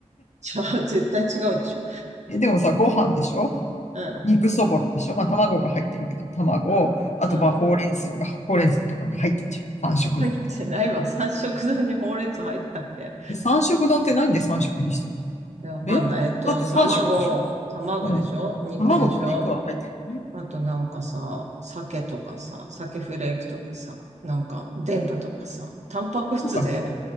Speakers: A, on the right (about 65°); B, on the left (about 65°).
A: じゃあ、絶対違うでしょ。
B: え、でもさ、ご飯でしょ
A: うん。
B: 肉そぼろでしょまあ卵が入ってるけど、卵、
A: うん。
B: あとまあほうれん草が、
A: うん。
B: ほうれん草とかが入ってんじゃん。三色丼って。
A: 入ってないわ。三色丼にほうれん草入ってたっけ
B: で、三色丼って何で三色にしてんの
A: いやわかんない。
B: えだって三色でしょ
A: えっと、卵、卵でしょ肉でしょ
B: うん。卵と肉は入ってるよね。
A: あとなんかさ、鮭とかさ、鮭フレークとかさ、なんか、でんぶとかさ、タンパク質で
B: そうだっけ